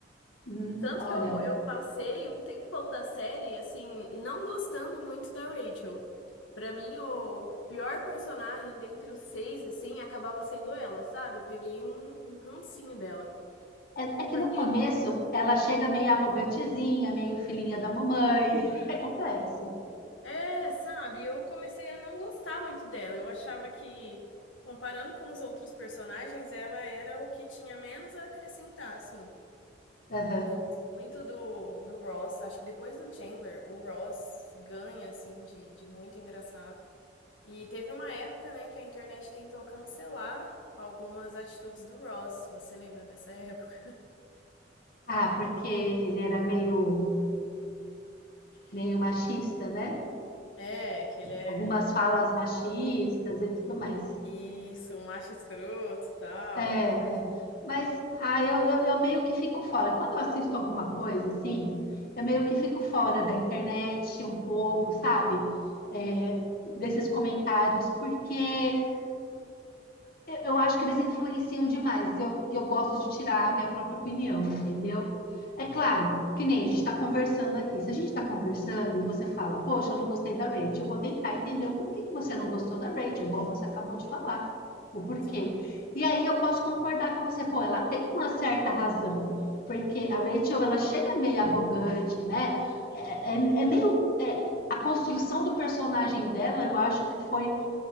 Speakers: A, on the left (about 55°); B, on the left (about 85°).
A: Hum,
B: Tanto
A: olha,
B: que eu, eu passei um tempão da série, assim, não gostando muito da Rachel. Pra mim, o pior personagem dentre os seis, assim, acabava sendo ela, sabe? Eu peguei um um rancinho dela.
A: É, é que
B: Porque,
A: no começo ela chega meio arrogantezinha, meio filhinha da mamãe. <laughs> É complexo.
B: é, sabe, eu comecei a não gostar muito dela. Eu achava que, comparando com os outros personagens, ela era o que tinha menos a acrescentar, assim.
A: Aham.
B: Eu gosto muito do, do Ross. Acho que depois do Chandler, o Ross ganha, assim, de, de muito engraçado. E teve uma época, né, que a internet tentou cancelar algumas atitudes do Ross. Você lembra dessa <laughs> época?
A: Ah, porque ele era meio, meio machista, né?
B: É, que ele é
A: Algumas
B: um...
A: falas machistas e tudo mais.
B: Isso, um macho escroto e tal.
A: É,
B: Mas,
A: é. Mas ah, eu, eu, eu meio que fico fora. Quando eu assisto alguma coisa assim, eu meio que fico fora da internet um pouco, sabe? É,
B: uhum,
A: desses comentários, porque Eu eu acho que eles influenciam demais e eu, e eu gosto de tirar a minha própria opinião, entendeu? É claro, que nem a gente está conversando aqui. Se a gente está conversando e você fala, poxa, eu não gostei da Rachel, eu vou tentar entender o porquê que você não gostou da Rachel, igual você acabou de falar, o porquê.
B: sim.
A: E aí eu posso concordar com você, pô, ela tem uma certa razão, porque a Rachel, ela chega meio arrogante, né? É, é, é meio. é- a construção do personagem dela, eu acho que foi